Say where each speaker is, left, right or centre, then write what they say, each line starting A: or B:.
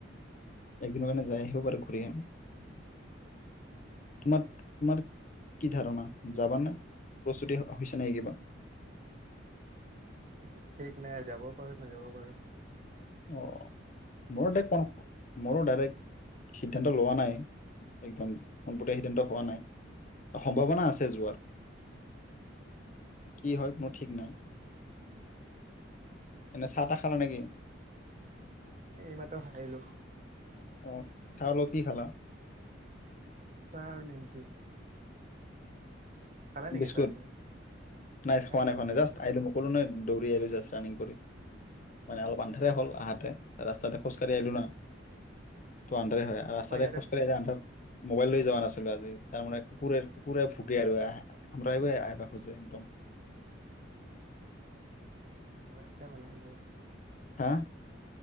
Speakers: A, on the left; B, on the right.
A: একদিনৰ কাৰণে যাই আহিব পাৰো ঘূৰি আহিম তোমাৰ তোমাৰ কি ধাৰণা যাবানে প্ৰস্তুতি হৈছে নাই কিবা
B: মোৰ ঠিক নাই যাব পাৰো নাযাব পাৰো।
A: অ মোৰ এতিয়া ক মোৰ ডাইৰেক্ট সিদ্ধান্ত লোৱা নাই একদম পোনপটীয়া সিদ্ধান্ত হোৱা নাই সম্ভাৱনা আছে যোৱাৰ কি হয় কোনো ঠিক না ই এনে চাহ তাহ খালা নেকি?
B: এই মাত্ৰ খাই আহিলোঁ।
A: অ, চাহৰ লগত কি খালা?
B: চাহ আৰু নিমকি। খালা নেকি
A: বিস্কুট,
B: চাহ তুমি?
A: নাই খোৱা নাই
B: নিমকি
A: খোৱা নাই। জাষ্ট
B: নিমকি
A: আহিলো, মই কলো নহয় দৌৰি আহিলোঁ জাষ্ট ৰানিং কৰি। মানে অলপ আন্ধাৰে হ'ল আহোতে, ৰাস্তাতে খোঁচ কাৰি আহিলোঁ ন। টো হয় হয়, আৰু ৰাস্তাৰে
B: আমাৰ ইয়াতে
A: খোজ কাঢ়ি আহোতে আন্ধাৰ মোবাইল লৈ যোৱা নাছিলো আজি। তাৰমানে কুকুৰে, কুকুৰে ভুকে আৰু আহ। কামুৰিবলে আহিব আহে খুজে একদম।
B: হৈ আছে মানে বহুতখিনি।
A: হা?